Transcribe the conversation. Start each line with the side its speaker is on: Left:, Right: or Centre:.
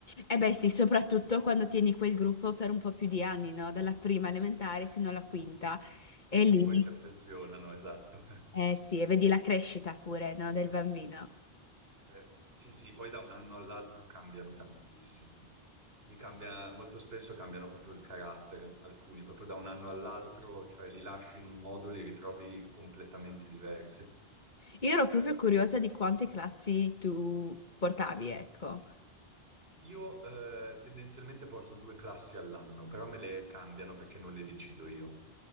Left: Eh beh sì, soprattutto quando tieni quel gruppo per un po' più di anni, no? Dalla prima elementare fino alla quinta. E
Right: Sì,
Left: lì,
Right: poi si affezionano, esatto. <laughs>
Left: eh sì, e vedi la crescita pure, no? Del bambino.
Right: Cioè, sì, sì, poi da un anno all'altro cambiano tantissimo. Gli cambia, molto spesso cambiano proprio il carattere, alcuni, proprio da un anno all'altro, cioè li lasci in un modo, li ritrovi completamente diversi.
Left: Io ero proprio curiosa di quante classi tu portavi, ecco.
Right: Io eh, tendenzialmente porto due classi all'anno, però me le cambiano perché non le decido io.